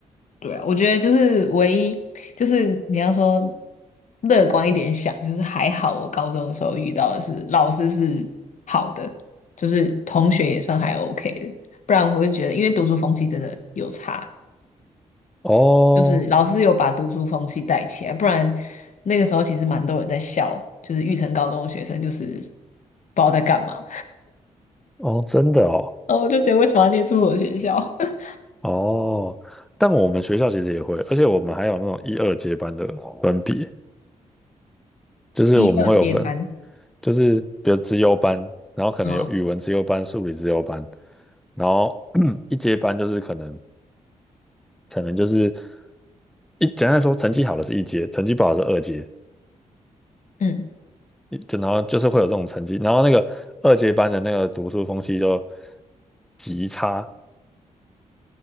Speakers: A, on the left (about 60°); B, in the centre.
A: 对啊，我觉得就是唯一，就是你要说乐观一点想，就是还好我高中的时候遇到的是老师是好的，就是同学也算还 OK 的，不然我会觉得，因为读书风气真的有差，
B: 哦
A: 就是老师有把读书风气带起来，不然那个时候其实蛮多人在笑，就是育成高中的学生就是不知道在干嘛，
B: 哦，真的哦
A: 然后我就觉得为什么要念这所学校，<laughs>
B: 哦，但我们学校其实也会，而且我们还有那种一二阶班的分别，就是我们会有分，
A: 一二接班
B: 就是比如资优班，然后可能有语文资优班、
A: 啊，
B: 数理资优班，然后 <clears throat> 一阶班就是可能可能就是一简单来说，成绩好的是一阶，成绩不好的是二阶，
A: 嗯。
B: 就然后就是会有这种成绩，然后那个二阶班的那个读书风气就极差。